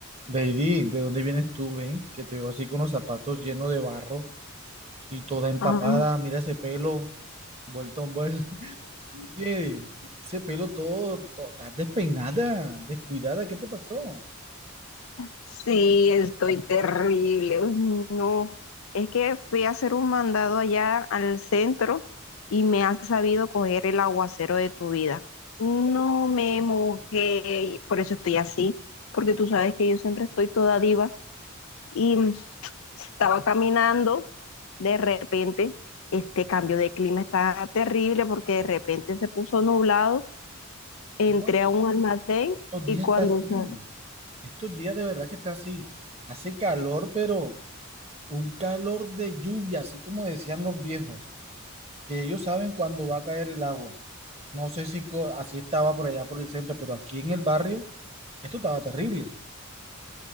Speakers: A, on the right; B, on the left.
A: Lady, ¿de dónde vienes tú, ven? Que te veo así con los zapatos llenos de barro y toda empapada.
B: Ah,
A: Mira ese pelo, vuelto, vuelto. <laughs> Oye, ese pelo todo, todo, estás despeinada, descuidada, ¿qué te pasó?
B: sí, estoy terrible. Uy, No, es que fui a hacer un mandado allá al centro y me ha sabido coger el aguacero de tu vida. No me mojé, y por eso estoy así, porque tú sabes que yo siempre estoy toda diva y mm, estaba caminando, de repente este cambio de clima está terrible porque de repente se puso nublado, entré
A: No, es
B: a
A: que
B: un almacén
A: estos
B: y
A: días
B: cuando
A: está así.
B: sa-
A: Estos días de verdad que está así. Hace calor, pero un calor de lluvia, así como decían los viejos, que ellos saben cuándo va a caer el agua. No sé si co- así estaba por allá por el centro, pero aquí en el barrio, esto estaba terrible.